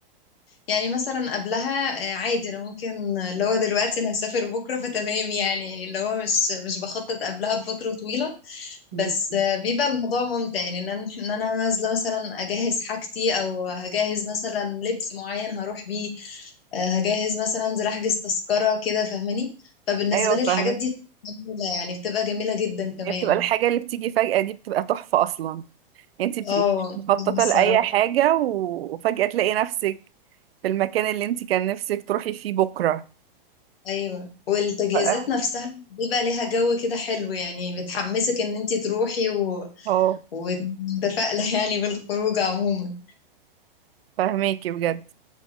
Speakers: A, on the left; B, on the right.
A: يعني مثلا قبلها آه، عادي انا ممكن آه، اللي هو دلوقتي انا هسافر بكره فتمام يعني يعني اللي هو مش مش بخطط قبلها بفتره طويله
B: مم.
A: بس آه، بيبقى الموضوع ممتع يعني ان انا إن أنا نازله مثلا اجهز حاجتي او هجهز مثلا لبس معين هروح بيه آه، هجهز مثلا انزل احجز تذكره كده فاهماني فبالنسبه
B: ايوه
A: لي الحاجات
B: فاهمة
A: دي جميله يعني بتبقى جميله جدا كمان
B: هي بتبقى الحاجة اللي بتيجي فجأة دي بتبقى تحفة أصلا يعني انت بتبقي
A: اه
B: مش مخططة
A: الصراحه
B: لأي حاجة و- وفجأة تلاقي نفسك في المكان اللي انت كان نفسك تروحي فيه بكرة
A: ايوه والتجهيزات
B: ف-
A: نفسها بيبقى ليها جو كده حلو يعني بتحمسك ان انت تروحي و...
B: اه
A: ومتفائله <laughs> يعني بالخروج عموما
B: فهميكي بجد